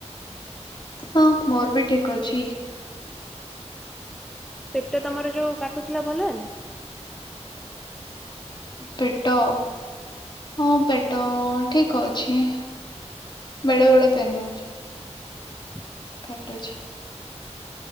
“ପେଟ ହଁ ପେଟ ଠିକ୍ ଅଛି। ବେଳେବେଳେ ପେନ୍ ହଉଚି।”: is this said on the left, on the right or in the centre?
Left